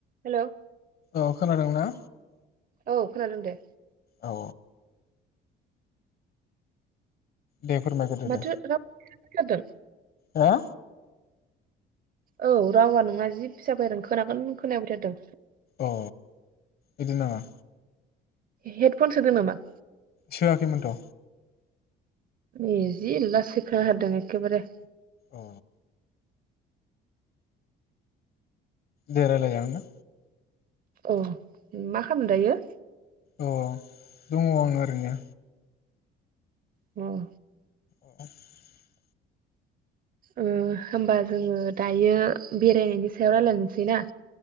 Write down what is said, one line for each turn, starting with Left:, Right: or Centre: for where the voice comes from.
Right: हेलौ
Left: औ खोनादोंना?
Right: औ खोनादों दे।
Left: अ दे फोरमाय गोरदो
Right: माथो
Left: दे।
Right: राव खोनादों
Left: ओ आ
Right: औ रावा नोंना जि फिसा फैदों खोनागोन खोनाया फैथारदों।
Left: अ बिदि नङा।
Right: हेडफन सोदों नामा?
Left: सोआखैमोनथ'।
Right: इजि लासै खोनाथारदों एखेबारे।
Left: अ दे रायलाय जागोन ना।
Right: अ मा खामदों दायो?
Left: अ दङ आङो ओरैनो।
Right: न
Left: <unintelligible>
Right: ओ होमबा जोङो दायो बेरायनायनि सायाव रायलायनोसै ना।